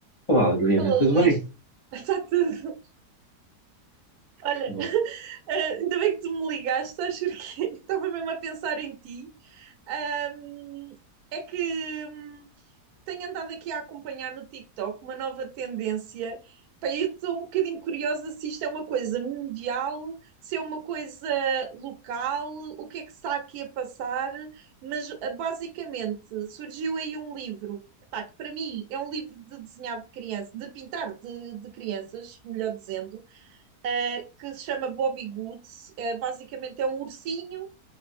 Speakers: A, on the left (about 40°); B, on the right (about 70°).
A: Olá, Liliana,
B: Alô,
A: tudo
B: Luís.
A: bem?
B: <laughs> Está tudo. Olha,
A: Boa.
B: eh, ainda bem que tu me ligaste, sabes porquê? <laughs> Estava mesmo a pensar em ti Ahm, é que hum, tenho andado aqui a acompanhar no TikTok uma nova tendência. Pá, eu estou um bocadinho curiosa se isto é uma coisa mundial, se é uma coisa local, o que é que está aqui a passar, mas ah, basicamente surgiu aí um livro, pá, que para mim é um livro de desenhar de criança, de pintar de, de crianças, melhor dizendo, ah, que se chama Bobby Goods. Ah, basicamente é um ursinho